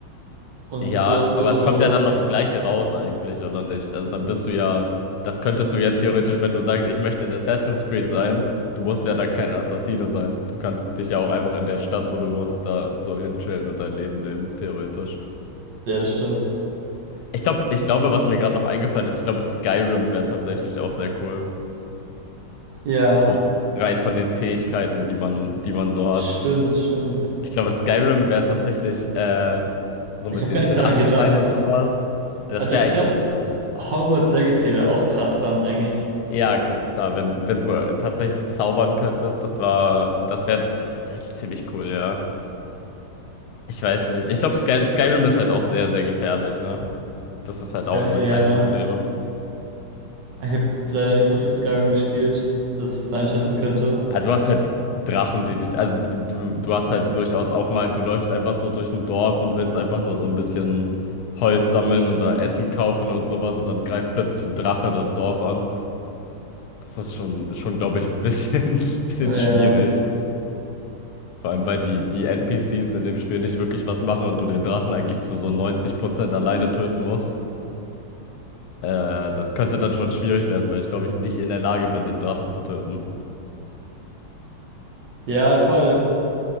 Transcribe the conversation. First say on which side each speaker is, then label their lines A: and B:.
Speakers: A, on the right; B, on the left.
A: und
B: ja,
A: du hast
B: aber
A: so,
B: es kommt ja dann aufs Gleiche raus eigentlich, oder nicht? Also dann bist du ja, das könntest du ja theoretisch, wenn du sagst, ich möchte in Assassin's Creed sein, du musst ja dann kein Assassine sein. Du kannst dich ja auch einfach in der Stadt, wo du wohnst, da so hinchillen und dein Leben leben, theoretisch.
A: ja, das stimmt.
B: Ich glaube, ich glaube, was mir gerade noch eingefallen ist, ich glaube, Skyrim wäre tatsächlich auch sehr cool.
A: Ja,
B: So rein von den Fähigkeiten, die man, die man so
A: stimmt,
B: hat.
A: stimmt.
B: Ich glaube, Skyrim wäre tatsächlich äh, so
A: Ich
B: mit
A: habe
B: den
A: gar nicht
B: Drachenschreien
A: daran gedacht.
B: und sowas. Das
A: Ah, da-
B: wäre
A: Ich
B: eigentlich
A: glaube,
B: cool.
A: Hogwarts Legacy wäre auch krass dann eigentlich.
B: Ja, gut, klar, wenn, wenn du tatsächlich zaubern könntest, das war, das wäre tatsächlich ziemlich cool, ja. Ich weiß nicht. Ich glaube, Sky, Skyrim ist halt auch sehr, sehr gefährlich, ne? Das ist halt auch
A: Ja,
B: so
A: ja.
B: ein kleines Problem.
A: ich habe leider nicht so viel Skyrim gespielt, dass ich das einschätzen könnte.
B: Ah, du hast halt Drachen, die dich, also du, du hast halt durchaus auch mal, du läufst einfach so durch ein Dorf und willst einfach nur so ein bisschen Holz sammeln oder Essen kaufen und sowas und dann greift plötzlich ein Drache das Dorf an. Das ist schon, schon glaube ich, ein bisschen, <laughs> bisschen
A: Ja,
B: schwierig. Vor allem, weil die, die NPCs in dem Spiel nicht wirklich was machen und du den Drachen eigentlich zu so 90% alleine töten musst. Äh, das könnte dann schon schwierig werden, weil ich glaube ich nicht in der Lage bin, einen Drachen zu töten.
A: ja, voll.